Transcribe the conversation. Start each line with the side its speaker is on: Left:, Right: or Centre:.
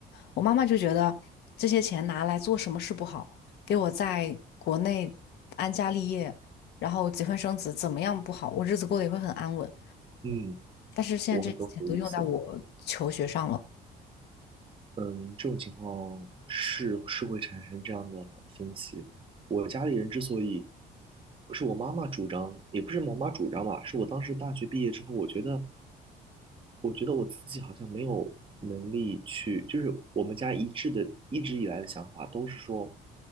Left: 我妈妈就觉得这些钱拿来做什么事不好，给我在国内安家立业，然后结婚生子，怎么样不好，我日子过得也会很安稳。
Right: 嗯，
Left: 但是现在这些钱都用在我求学上了，
Right: 我很懂你的意思了。嗯，这种情况是是会产生这样的分歧。我家里人之所以，是我妈妈主张，也不是我妈主张吧，是我当时大学毕业之后，我觉得，我觉得我自己好像没有能力去，就是我们家一致的，一直以来的想法都是说，